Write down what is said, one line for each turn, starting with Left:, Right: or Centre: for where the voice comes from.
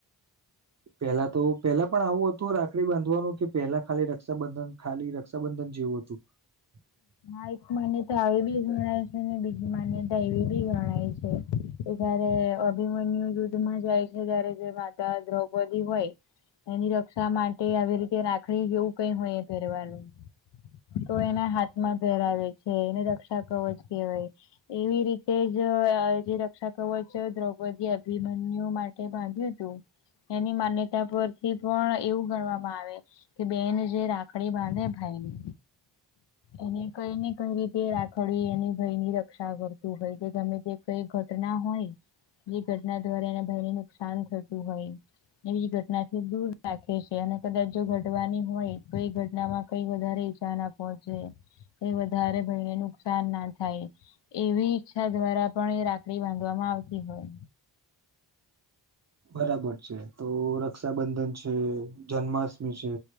Right: પેલા તો. પેલા પણ આવું હતું રાખડી બાંધવાનું કે પહેલા ખાલી રક્ષાબંધન ખાલી રક્ષાબંધન જેવું તું. <inaudible>
Left: હ એક માન્યતા આવી બી ગણાય છે ને બીજી માન્યતા એવી બી ગણાય છે. જયારે અભિમન્યુ દુદ્ધમાં જાય છે ત્યારે જે માતા દ્રૌપદી હોય. એની રક્ષા માટે આવી રીતે રાખ ડી જેવું કઈ હોય એ પહેરવાનું તો એના હા પરાવે છે એને રક્ષા કવ જ કહેવાય. એવી રીતે જ જે રક્ષા કવચ છે દ્રૌપદી અભિમન્યુ માટે બાંધ્યું હતું એની માન્યતા પરથી પણ એવું ગણવામાં આવે. કે બેન જે રાખડી બાંધે ભાઈ ને એને કઈ ને કઈ રીતે રાખડી એની ભયની રક્ષા કરતું હોય કે તમે જે કઈ ઘટના હોય એ ઘટના દ્વારા એના ભાઈને નુકસાન થતું હોય. એવી ઘટનાથી દૂર રાખે છે અને કદાચ જો ઘટવાની હોય તો એ ઘટના માં કઈ વધારે નુ પહોંચે એ વધારે ભયને નુકસાન ના થાય. એવી ઈચ્છા દ્વારા પણ એ રાખડી બાંધવામાં આવતી હોય.
Right: બરાબર છે તો રક્ષાબંધન છે જન્માષ્ટમી છે.